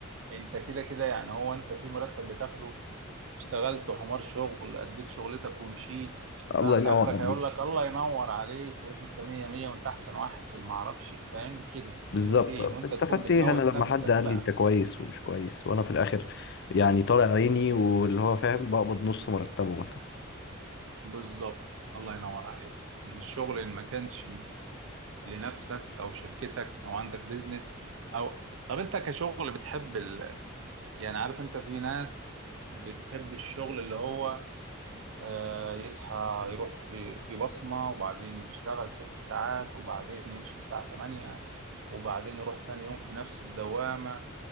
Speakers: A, on the right; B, on the left.
A: انت كده كده يعني هو انت في مرتب بتاخده اشتغلت حمار شغل اديت شغلتك ومشيت
B: الله
A: فاهم
B: ينور
A: اخرك
B: عليك
A: هيقول لك الله ينور عليك وانت مية مية وانت احسن واحد في المعرفش فاهمني كده
B: بالظبط
A: كلمتين
B: أصل
A: وانت
B: استفدت
A: تكون بتموت
B: ايه انا لما
A: نفسك
B: حد قال
A: بقى
B: لي انت كويس ومش كويس وانا في الاخر يعني طالع عيني واللي هو فاهم بقبض نص مرتبه مثلا
A: بالظبط الله ينور عليك ان الشغل اللي ما كانش لنفسك او شركتك او عندك بيزنس او طب انت كشغل بتحب ال... يعني عارف انت في ناس بتحب الشغل اللي هو آه، يصحى يروح ي- في بصمة وبعدين يشتغل ست ساعات وبعدين يمشي الساعة تمانية وبعدين يروح تاني يوم في نفس الدوامة